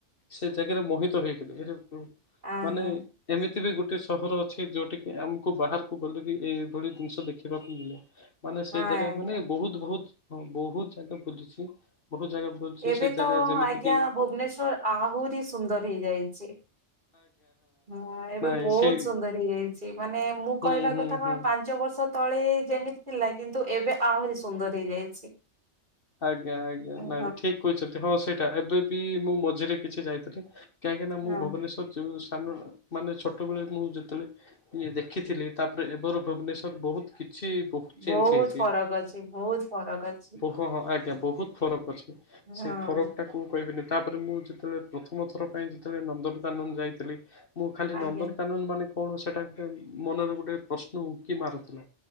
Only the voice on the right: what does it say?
ଆ
ହଁ
ହଁ
ଆଜ୍ଞା।
ଏବେ
ତ
ଆଜ୍ଞା
ଭୁବନେଶ୍ଵର ଆହୁରି ସୁନ୍ଦର ହେଇଯାଇଚି। ହଁ ଏବେ
ବୋହୁତ
ସୁନ୍ଦର ହେଇଯାଇଚି ମାନେ ମୁଁ
କହିବା
କଥା କଣ
ପା ପାଞ୍ଚ ବର୍ଷ ତଳେ ଯେମିତି ଥିଲା କିନ୍ତୁ ଏବେ ଆହୁରି ସୁନ୍ଦର ହେଇଯାଇଛି।
ହଁ
ହଁ
ବୋହୁତ
ଫରକ ଅଛି ବୋହୁତ ଫରକ ଅଛି।
ହଁ
ଆଜ୍ଞା